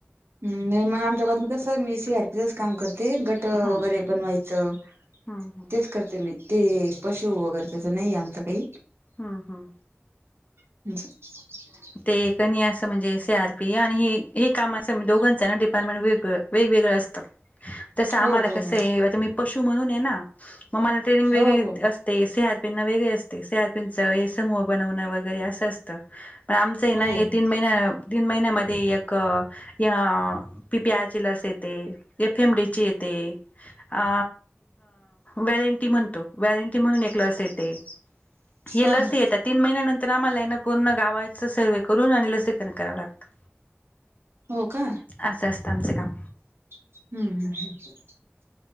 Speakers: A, on the right (about 60°); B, on the left (about 35°).
A: नाही मग, आमच्या गावात कस मी सी आर पीच काम करते गट गट
B: हं
A: वगैरे बनवायचं
B: हं हं
A: ते करते मी. ते पशु वगैर तेच नाही आमच काही.
B: हं हं
A: ह <unintelligible>
B: ते कणी असं म्हणजे सी आर पी आणि हे हे काम असं दोघांचं ना डिपार्टमेंट वेगळ वेग वेगळ असं त. तस आम्हाला
A: हो हो
B: कस
A: हो
B: आहे मी पशु म्हणून ये ना, मग मला ट्रेनिंग वेगळी
A: हो हो हो
B: अस ते सी आर पी ना वेगळी असते, सी आर पी नच हे समूह बनवणं वगैरे असं असतं. म आमचंही ना,
A: हो हो
B: तीन महिन्या तीन महिन्यामध्ये एक य पी पी <unintelligible> लस येते, <unintelligible> एम रिची येते. अ वॅरंटी म्हणतो, वॅरंटी म्हणून एक लस येते. हे
A: हा
B: लस
A: हा.
B: येतात. तीन महिन्यानंत आम्हाला एना पूण्णं गावाचं सर्वे करून आणि लसीकरण करावं लागतं.
A: हो का?
B: आसं असतं आमचं काम.
A: हम्-हम्-हम्